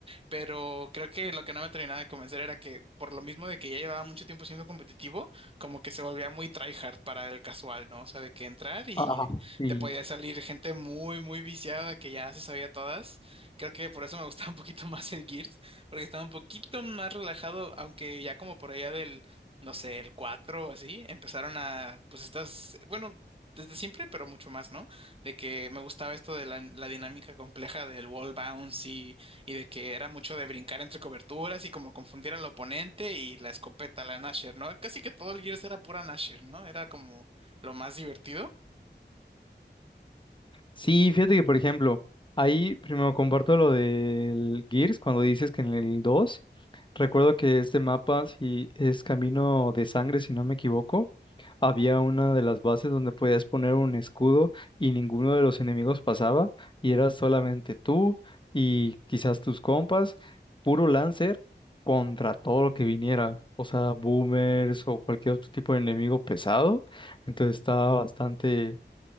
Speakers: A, on the right (about 30°); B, on the left (about 25°).
A: pero creo que lo que no me terminaba de convencer era que por lo mismo de que ya llevaba mucho tiempo siendo competitivo, como que se volvía muy tryhard para el casual, ¿no? O sea, de que entrar y
B: Ajá, sí.
A: te podía salir gente muy, muy viciada que ya se sabía todas. Creo que por eso me gustaba <laughs> un poquito más el Gears, porque estaba un poquito más relajado, aunque ya como por allá del, no sé, el 4 o así, empezaron a, pues estas, bueno... Desde siempre, pero mucho más, ¿no? de que me gustaba esto de la, la dinámica compleja del wall bounce y de que era mucho de brincar entre coberturas y como confundir al oponente y la escopeta, la Nasher, ¿no? Casi que todo el Gears era pura Nasher, ¿no? Era como lo más divertido.
B: Sí, fíjate que, por ejemplo, ahí primero comparto lo del Gears, cuando dices que en el 2, recuerdo que este mapa, si es Camino de Sangre, si no me equivoco, había una de las bases donde podías poner un escudo y ninguno de los enemigos pasaba y eras solamente tú y quizás tus compas, puro Lancer contra todo lo que viniera, o sea, boomers o cualquier otro tipo de enemigo pesado. Entonces estaba bastante,